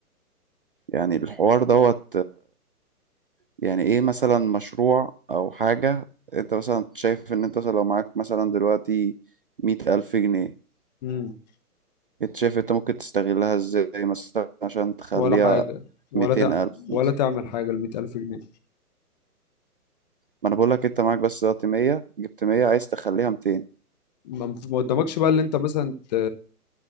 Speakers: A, on the right; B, on the left.
A: يعني الحوار دوت يعني ايه مثلا مشروع او حاجة انت مثلا شايف ان انت مثلا لو معاك مثلا دلوقتي مية ألف جنيه
B: امم
A: انت شايف انت ممكن تستغلها ازاي مثلا عشان تخليها
B: ولا حاجه ولا
A: ميتين
B: تع...
A: ألف مثلا
B: ولا تعمل حاجه ال 100000 جنيه
A: ما انا بقول لك انت معاك بس دلوقتي مية جبت مية عايز تخليها ميتين
B: ما ما قدامكش بقى اللي انت مثلا ت...